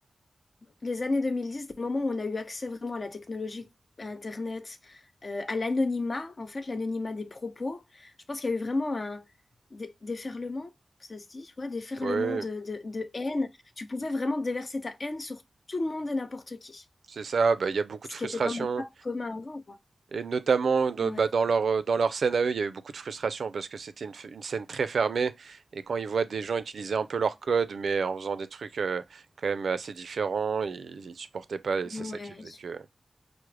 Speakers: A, on the left (about 55°); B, on the right (about 80°).
A: les années 2010, des moments où on a eu accès vraiment à la technologie, à Internet, euh, à l'anonymat, en fait, l'anonymat des propos, je pense qu'il y a eu vraiment un dé- déferlement, ça se dit, ouais, déferlement
B: Oui,
A: de, de, de haine. Tu pouvais vraiment déverser ta haine sur tout le monde et n'importe qui,
B: c'est ça. Bah, il y a beaucoup
A: ce
B: de frustration.
A: qui était quand même pas commun avant, quoi.
B: Et notamment, de-
A: Ouais,
B: bah, dans leur, euh, dans leur scène à eux, il y avait beaucoup de frustration parce que c'était une, f- une scène très fermée. Et quand ils voient des gens utiliser un peu leur code, mais en faisant des trucs euh, quand même assez différents, ils, ils supportaient pas. Et c'est
A: ouais,
B: ça qui faisait que.